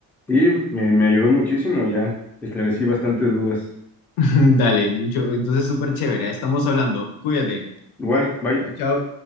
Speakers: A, in the centre; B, on the left.
A: Y me, me ayudó muchísimo ya. Esclarecí bastantes dudas.
B: <laughs> Dale, mucho, entonces súper chévere, estamos hablando, cuídate,
A: Igual, bye.
B: chao, chao.